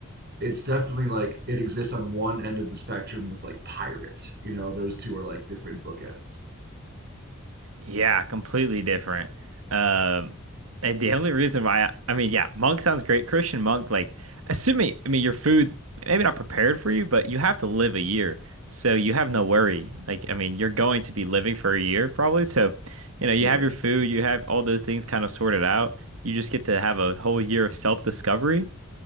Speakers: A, on the right; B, on the right.
A: it's definitely like it exists on one end of the spectrum with like pirate. You know, those two are like different bookends.
B: Yeah, completely different. Um, and the only reason why I, I mean, yeah, monk sounds great. Christian monk, like assuming, I mean, your food maybe not prepared for you, but you have to live a year, so you have no worry. Like, I mean, you're going to be living for a year probably, so you know, you
A: Yeah.
B: have your food, you have all those things kind of sorted out. You just get to have a whole year of self-discovery.